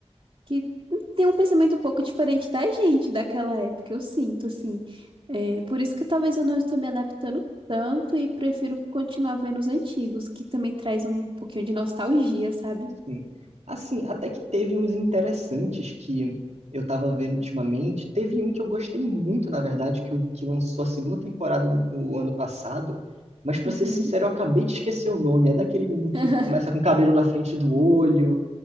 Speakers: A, on the right; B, on the right.
A: que tem um pensamento um pouco diferente da gente daquela época, eu sinto, assim. É, por isso que talvez eu não estou me adaptando tanto e prefiro continuar vendo os antigos, que também traz um pouquinho de nostalgia, sabe?
B: Sim. Assim, até que teve uns interessantes que eu tava vendo ultimamente. Teve um que eu gostei muito, na verdade, que, o- que lançou a segunda temporada no no ano passado. Mas, pra
A: Uhum.
B: ser sincero, eu acabei de esquecer o nome. É daquele menino que
A: <laughs>
B: começa com cabelo na frente do olho,